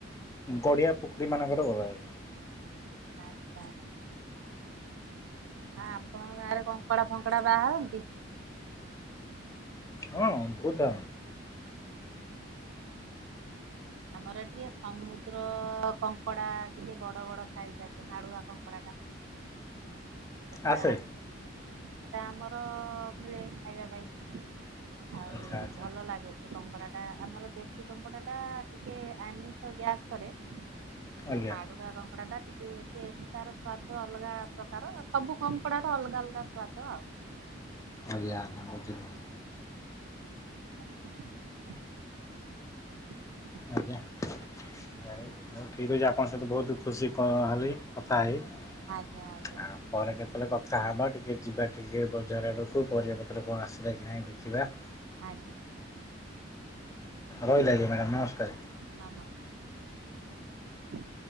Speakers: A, on the left; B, on the right.
A: ଗଡିଆ। ପୁଖରୀମାନଙ୍କରେ ଘଲଏ।
B: ଆଚ୍ଛା। ହଁ ଆପଣଙ୍କ ଗାଁ ରେ କଙ୍କଡ଼ା ଫଙ୍କଡ଼ା ବାହାରନ୍ତି।
A: ହଁ ବହୁଧ
B: ଆମର ଟିକେ ସମୁଦ୍ର କଙ୍କଡା ଟିକେ ବଡ ବଡ ସାଇଜ ଆସେ ହାଡୁଆ କଙ୍କଡା ଟା। ସେଟା
A: ଆସେ
B: ସେଇଟା ଆମର ମିଳେ ଖାଇବା ପାଇଁ। ଆଉ
A: ଆଚ୍ଛା ଆଚ୍ଛା
B: ଭଲ ଲାଗେ। ସେ କଙ୍କଡା ଟା ଆମର ଦେଶୀ କଙ୍କଡା ଟା ଟିକେ ଆମିଷ ଗ୍ୟାସ୍ କରେ। ଯୋଉ
A: ଆଜ୍ଞା।
B: ମାଡୁୁର ର କଙ୍କଡ଼ା ଟା ଟିକେ ଟେଷ୍ଟ ତାର ସ୍ଵାଦ ଅଲଗା ପ୍ରକାର। ସବୁ କଙ୍କଡ଼ା ର ଅଲଗା ଅଲଗା ସ୍ଵାଦ ଆଉ।
A: ଆଜ୍ଞ ଆଜ୍ଞା ବଝଧ
B: <inaudible> ହ <unintelligible>
A: ଆଜ୍ଞାଉହୁତ ଠିକ୍ ହେଉଛି ଆପଣଙ୍କ ସହିତ ବହୁତ ଦୁଃଖ। ଖୁସି କ ହେଲି କଥା ହେଇ ଆ
B: ଆଜ୍ଞା ଆଜ୍ଞା
A: ପରେ କେତେବେଳେ କଥା ହେବା ଟିକେ। ଟିକେ ଯିବା ଟିକିେ ବଜାର ଆଡ଼କୁ ପରିବାପତ୍ର କଣ ଆସିଲା କି ନାହିଁ ବଖିବା।
B: ଆଜ୍ଞା।
A: ରହିଲ ଆଜ୍ଞା ମ୍ୟାଡ଼ାାମ ନମସ୍କାର।
B: ନାମ। ହ <unintelligible>